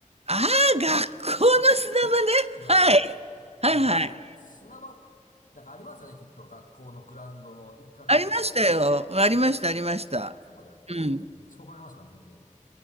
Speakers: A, on the right (about 50°); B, on the left (about 85°).
A: ああ、学校の砂場ね。
B: 砂場、
A: はい。
B: はい。あのー砂場、
A: はいはい。
B: なんかありますよね、きっと。学校のグラウンドの一角に。
A: ありましたよ。ありました、ありました。
B: うん、あそこでやってましたね。
A: うん。
B: めっちゃ怒られましたね、先生に。